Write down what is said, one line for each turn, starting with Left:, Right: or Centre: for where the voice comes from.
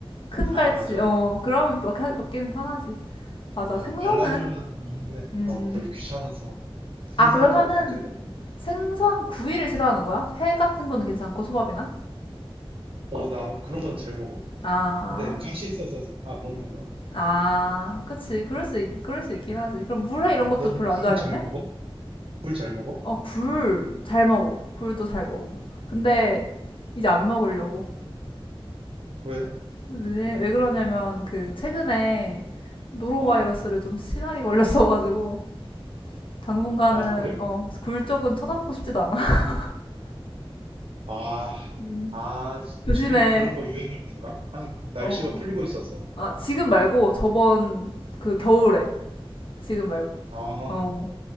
Left: 큰
Right: 아
Left: 갈치,
Right: 맞아.
Left: 어, 그러면 막 해- 먹기는 편하지. 맞아,
Right: 아,
Left: 생선은?
Right: 발라주는 먹는데
Left: 음,
Right: 어, 별로 귀찮아서 생선도
Left: 아, 그러면은
Right: 안 먹게 되더라고.
Left: 생선 구이를 싫어하는 거야? 회 같은 거는 괜찮고, 소밥이나?
Right: 어, 나 그런 건 잘 먹어.
Left: 아,
Right: 근데 가시 있어서 안 먹는 거야.
Left: 아, 그치. 그럴 수, 있- 그럴 수 있긴 하지. 그럼 물회 이런 것도
Right: 넌
Left: 별로
Right: 굴
Left: 안 좋아하겠네?
Right: 잘 먹어? 굴 잘 먹어?
Left: 어, 굴 잘 먹어. 굴도 잘 먹어. 근데 이제 안 먹으려고.
Right: 왜?
Left: 왜, 왜 그러냐면 그 최근에 노로바이러스를
Right: 어,
Left: 좀 심하게 걸렸어가지고 당분간은
Right: 아, 그래?
Left: 어, 굴 쪽은 쳐다보고 싶지도 않아. <laughs>
Right: 아,
Left: 음.
Right: 아,
Left: 조심해.
Right: 지금 그런 거 유행할 땐가? 아니, 날씨가
Left: 어.
Right: 풀리고 있어서.
Left: 아, 지금 말고 저번 그 겨울에 지금 말고.
Right: 아,
Left: 어.